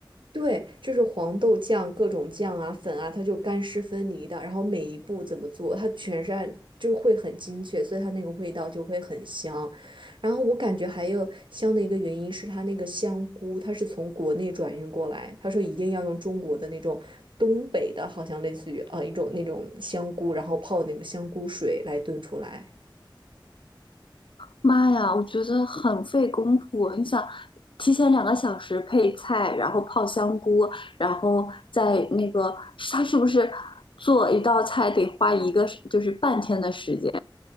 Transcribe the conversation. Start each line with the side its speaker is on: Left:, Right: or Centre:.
Right: 对，就是黄豆酱、各种酱啊、粉啊，它就干湿分离的。然后每一步怎么做，它全是按就会很精确，所以它那个味道就会很香。然后我感觉还有香的一个原因是它那个香菇，它是从国内转运过来，他说一定要用中国的那种东北的，好像类似于啊、呃一种那种香菇，然后泡那个香菇水来炖出来。
Left: 妈呀，我觉得很费功夫。你想，提前两个小时配菜，然后泡香菇，然后再那个，他是不是做一道菜得花一个就是半天的时间？